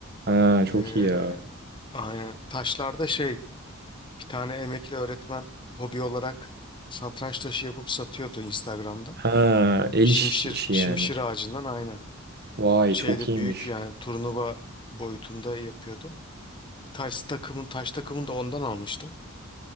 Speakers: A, on the right (about 50°); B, on the left (about 25°).
A: Ha çok
B: Ee,
A: iyi ya.
B: Aynen. Taşlarda şey bir tane emekli öğretmen hobi olarak satranç taşı yapıp satıyordu Instagram'da.
A: Ha el
B: Şimşir,
A: iş- işi
B: şimşir
A: yani.
B: ağacından aynen.
A: Vay
B: Şeyde
A: çok iyiymiş.
B: büyük yani turnuva boyutunda yapıyordu. Taş takımın taş takımını da ondan almıştım.